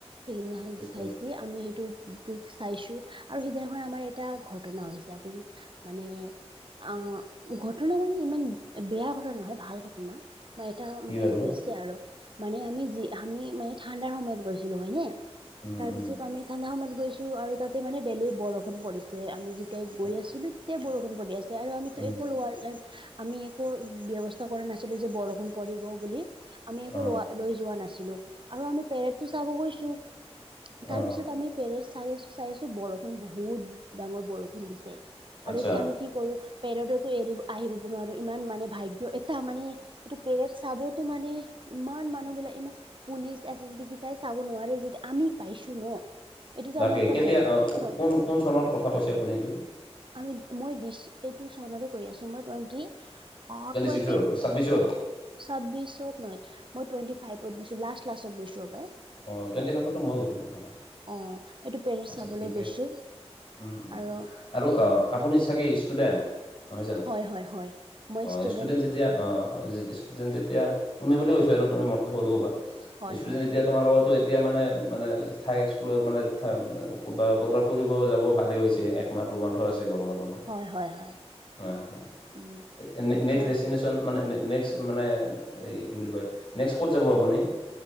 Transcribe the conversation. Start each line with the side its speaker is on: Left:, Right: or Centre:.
Right: সেইদিনাখন দেখাইছি।
Left: কৰি
Right: আমি সেইটো দিশ চাইছোঁ আৰু সেইদিনাখন আমাৰ এটা ঘটনা হৈছে আপুনি মানে আহ ঘটনা মানে ইমান বেয়া ঘটনা নহয়, ভাল ঘটনা। এটা
Left: কি
Right: মানে
Left: বাৰু
Right: হৈছে আৰু মানে, আমি যি আমি মানে ঠাণ্ডাৰ সময়ত গৈছিলো হয়নে?
Left: উম,
Right: তাৰ
Left: উম,
Right: পিছত আমি ঠাণ্ডা সময়ত গৈছো, আৰু তাতে মানে দেল্লি বৰষুণ পৰিছে আমি যি তেতিয়া গৈ
Left: আচ্ছা
Right: আছিলোঁ তেতিয়া বৰষুণ পৰি আছে আৰু আমিতো
Left: উম,
Right: একো লোৱা আমি একো ব্যৱস্থা কৰা নাছিলো যে বৰষুণ পৰিব বুলি, আমি একো
Left: অ',
Right: লোৱা লৈ যোৱা নাছিলো, আৰু আমি পেৰেডটো চাব গৈছো। তাৰপিছত
Left: অ',
Right: আমি পেৰেড চাই আছো চাই আছো, বৰষুণ বহুত ডাঙৰ বৰষুণ দিছে।
Left: আচ্ছা
Right: আৰু এতিয়া আমি কি কৰো পেৰেডতো এৰি আহিব নোৱাৰো ইমান মানে ভাগ্য এটা মানে এইটো পেৰেড চাবতো মানে ইমান মানুহবিলাক ইমান পুলিচ এছ এছ বি কেইটাই চাব নোৱাৰে যদি আমি পাইছো ন এইটোতো
Left: তাকে
Right: আমাৰ এটা
Left: কেতিয়া
Right: ভাগ্য
Left: অ
Right: হয়।
Left: কোন কোন চনত কথা কৈছে আপুনি এইটো?
Right: আমি মই দিছ এইটো চনৰে কৈ আছো মই টুৱেণ্টি অ টুৱেণ্টি।
Left: ছিক্সৰ ছাব্বিছৰ
Right: ছাব্বিশত নহয় মই টুৱেণ্টি ফাইপত গৈছো লাষ্ট লাষ্টত গৈছো সপায়।
Left: অ, টুৱেণ্টি ফাইভতো মইও গৈছিলো আহ,
Right: অ এইটো পেৰেড
Left: আচ্ছা
Right: চাবলৈ
Left: ঠিকে
Right: গৈছো
Left: আছে। উম-উম
Right: আৰু
Left: আৰু আপুনি চাগে ষ্টুডেণ্ট? নহয় জানো?
Right: হয় হয় হয় মই
Left: অ,
Right: ষ্টুডেন্ট
Left: ষ্টুডেণ্ট যেতিয়া অ, ষ্টুডেণ্ট যেতিয়া তুমি বুলি কৈছো আৰু তুমি মোতকে সৰু হ'বা।
Right: হয়
Left: ষ্টুডেণ্ট
Right: হয়
Left: যেতিয়া তোমাৰ লগতো এতিয়া মানে-মানে ঠাই এক্সপ্লৰ মানে ৰব ক'ৰবাত ফুৰিব যাব ভালেই হৈছে। তোমাৰটো বন্ধ আছে গৰমৰ বন্ধ,
Right: হয় হয় হয়
Left: হ-হ
Right: উম
Left: নে
Right: এতিয়া
Left: নেক্সট দেষ্টিনেচন মানে নেক্সট মানে এই কি বুলি কয় নেক্সট কত যাব আপুনি?